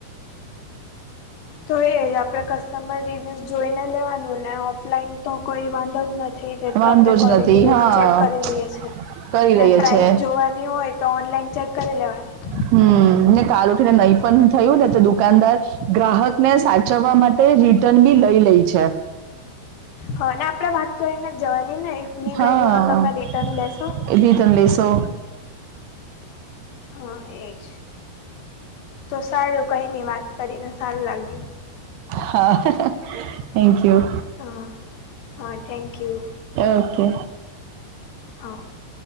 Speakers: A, on the left; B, on the right.
A: તો આપણે <inaudible> તમારે રિવ્યૂઝ જોઈને લેવાનું ને ઓફલાઈન તો કોઈ વાંધો જ નથી તે તો
B: વાંધો
A: આપણે
B: જ
A: ક્વોલિટી
B: નથી
A: બધું
B: હા
A: ચેક કરી લઈએ છીએ
B: કરી લઈએ
A: ને પ્રાઇસ
B: છે
A: જોવાની હોય તો ઓનલાઈન ચેક કરી લેવાની
B: હમ ને કાલ ઉઠીને કહી પણ થયું ને તો દુકાનદાર ગ્રાહક ને સાચવવા માટે રિર્ટન ભી લઈ લે છે
A: હા આપડે વાત કરીને જવાની ને ઇફની
B: હા
A: ગઈ હું તો તમે રિટર્ન લેશો
B: એ લી તને લેશો
A: હા એજ તો સારું કઈ નઇ વાત કરીને સારું લાગ્યું
B: હા થેન્ક યુ
A: હા હા થેન્કયુ
B: ઓકે
A: હા